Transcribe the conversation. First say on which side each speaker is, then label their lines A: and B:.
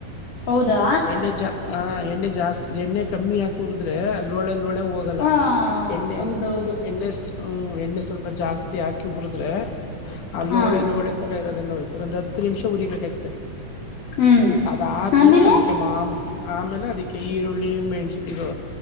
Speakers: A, on the left; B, on the left.
A: ಹೌದಾ
B: ಎಣ್ಣೆ ಜಾ ಹಾ ಎಣ್ಣೆ ಜಾಸ್ತಿ ಎಣ್ಣೆ ಕಮ್ಮಿ ಹಾಕಿ ಉರಿದ್ರೆ ಅಲ್ಲ ಲೋಳೆ ನೋಳೆ ಹೋಗಲ್ಲ
A: ಹ
B: ಎಣ್ಣೆ
A: ಹೌದೌದು
B: ಎಣ್ಣೆ ಹ್ಮ ಎಣ್ಣೆ ಸ್ವಲ್ಪ ಜಾಸ್ತಿ ಹಾಕಿ ಹುರಿದ್ರೆ ಆ
A: ಹ್ಮ
B: ಲೋಳೆ ಲೋಳೆ ತರ ಇರೋದೆಲ್ಲ ಹೋತು ಒಂದು ಹತ್ತು ನಿಮಿಷ ಉರಿಬೇಕಾಯತೆ
A: ಹ್ಮ್
B: ಅದ ಆದಾದ್ಮೇಲೆ
A: ಆಮೇಲೆ
B: ಅದಿಕ್ಕೆ ಮಾಮೂಲಿ ಆಮೇಲೆ ಅದಿಕ್ಕೆ ಈರುಳ್ಳಿ ಮೆಣಸಿ ಇದು